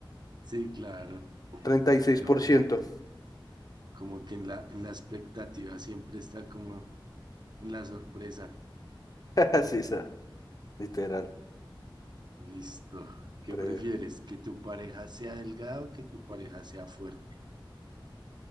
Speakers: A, on the right; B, on the left.
A: Sí, claro,
B: Treinta y seis
A: pero
B: por
A: como,
B: ciento,
A: como que en la, en la expectativa siempre está como en la sorpresa.
B: <laughs> sí, está, literal.
A: Listo. ¿Qué
B: pre-
A: prefieres? ¿Que tu pareja sea delgada o que tu pareja sea fuerte?